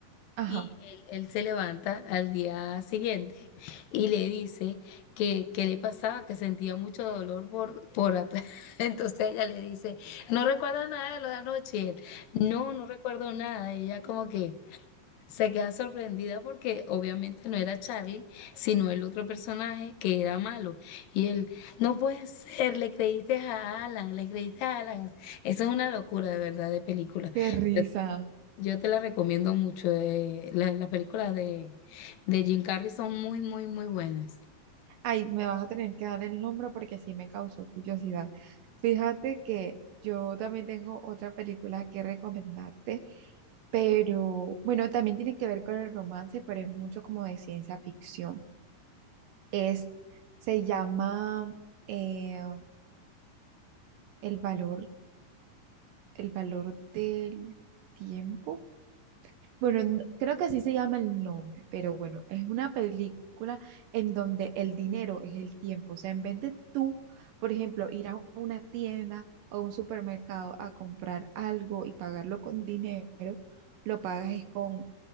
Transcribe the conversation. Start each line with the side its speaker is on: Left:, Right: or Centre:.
Right: ajá,
Left: y él, él se levanta al día siguiente y le dice que, que le pasaba, que sentía mucho dolor por, por atrás. <laughs> Entonces ella le dice, no recuerda nada de lo de anoche. Y él, no, no recuerdo nada. Y ella como que, se queda sorprendida porque obviamente no era Charlie, sino el otro personaje que era malo. Y él, no puede ser, le creíste a Alan, le creíste a Alan. Eso es una locura de verdad de película.
Right: qué risa.
Left: Yo, yo te la recomiendo mucho. eh, la- las películas de, de Jim Carrey son muy, muy, muy buenas.
Right: Ay, me vas a tener que dar el nombre porque sí me causó curiosidad. Fíjate que yo también tengo otra película que recomendarte Pero bueno, también tiene que ver con el romance, pero es mucho como de ciencia ficción. Es, se llama eh, El valor, el valor del tiempo. Bueno, n- creo que así se llama el nombre, pero bueno, es una película en donde el dinero es el tiempo. O sea, en vez de tú, por ejemplo, ir a una tienda o a un supermercado a comprar algo y pagarlo con dinero, lo pagas es con,